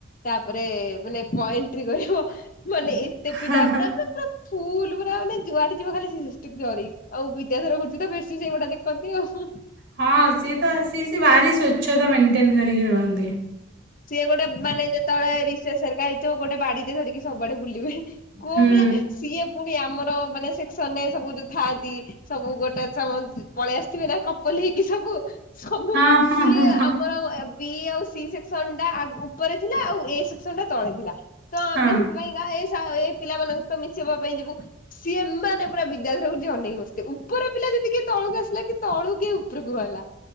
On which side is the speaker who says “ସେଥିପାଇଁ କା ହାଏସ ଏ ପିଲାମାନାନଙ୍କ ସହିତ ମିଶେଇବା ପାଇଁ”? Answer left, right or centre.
Left